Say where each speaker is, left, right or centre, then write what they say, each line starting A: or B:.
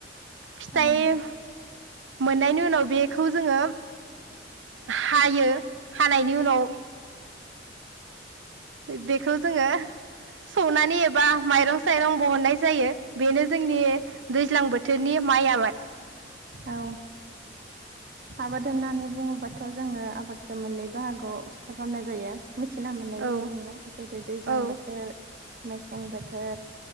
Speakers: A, on the right; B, on the right.
A: फिथाइ
B: औ
A: मोननायनि उनाव बेखौ जोङो हायो हानायनि उनाव बेखौ जोङो सौनानै एबा माइरं साइरं बहननाय जायो बेनो जोंनि दैज्लां बोथोरनि माइ आबाद
B: औ आबाद होननानै बुङोबाथ' जोङो आबादखौ मोननै बाहागोआव राननाय जायो मिथिना मोननाय
A: औ
B: जायो जोङो जेरै दैज्लां
A: औ
B: बोथोर मेसें बोथोर